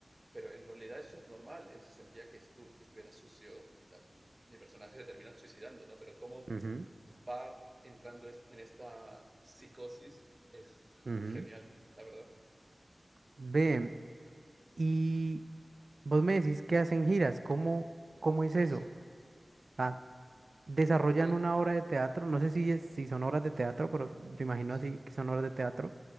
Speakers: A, on the right; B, on the right.
A: pero en realidad eso es normal, él se sentía que, estu que estuviera sucio y tal. Mi personaje se termina suicidando, ¿no? Pero cómo
B: ujú,
A: va entrando en esta psicosis es <laughs> fue
B: ujú.
A: muy genial, la verdad.
B: Ve, y vos me decís que hacen giras, ¿cómo, cómo es eso?
A: Sí.
B: Ah, desarrollan
A: Bueno,
B: una obra de teatro, no sé si, es- si son obras de teatro, pero yo imagino
A: Sí,
B: así que son obras de teatro.